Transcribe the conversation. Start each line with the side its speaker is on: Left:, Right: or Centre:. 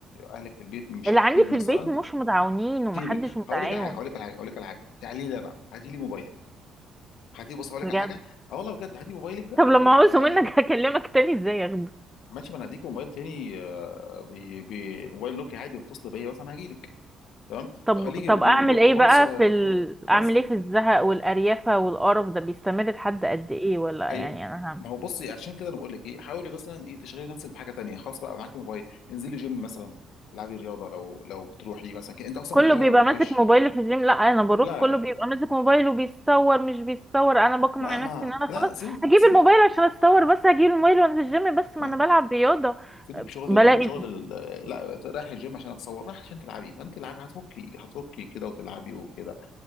Left: اهلك في البيت مش
Centre: اللي
Left: عارفين
Centre: عندي
Left: مثلا
Centre: في البيت مش متعاونين ومحدش
Left: سيبك
Centre: متعاون
Left: هقول لك على حاجه هقول لك على حاجه هقول لك على حاجه تعالي لي انا هاتي لي موبايلك هاتي بص هقول لك
Centre: بجد
Left: على حاجه اه والله بجد هاتي موبايلك ده
Centre: طب لما
Left: هاتي
Centre: عاوزه
Left: خلي عندي
Centre: منك <laughs> هكلمك تاني ازاي اخبار
Left: ماشي ما انا هديك موبايل تاني آه، بي- بي- موبايل نوكيا عادي بتصل بيا مثلا هجيلك تمام
Centre: طب
Left: خليكي
Centre: طب
Left: مو-
Centre: اعمل
Left: مو- موبايل
Centre: ايه بقى
Left: صغير
Centre: في ال...
Left: بس
Centre: اعمل ايه في الزهق والاريافه والقرف ده بيستمر لحد قد ايه ولا
Left: اي
Centre: يعني انا هم
Left: ما هو بصي عشان كده انا بقول لك ايه حاولي مثلا ايه تشغلي نفسك بحاجه تانية خلاص بقى معاكي موبايل انزلي جيم مثلا العبي رياضه لو لو بتروحي مثلا ك- انت اصلا
Centre: كله
Left: بتروحي
Centre: بيبقى
Left: ولا ما بتروحيش
Centre: ماسك موبايل في الجيم لا انا بروح
Left: لا
Centre: كله
Left: لا
Centre: بيبقى ماسك موبايل وبيتصور مش بيتصور انا بقنع
Left: لا ما
Centre: نفسي ان انا
Left: لا
Centre: خلاص
Left: سيبك
Centre: هجيب
Left: سيبك
Centre: الموبايل عشان اتصور بس هجيب الموبايل وانا في الجيم بس ما
Left: لا
Centre: انا بلعب رياضه
Left: سيبك شغل
Centre: بلاقي
Left: ال... شغل ال... لا رايح الجيم عشان اتصور رايح عشان تلعبي فانت العبي هتفكي هتفكي كده وتلعبي وكده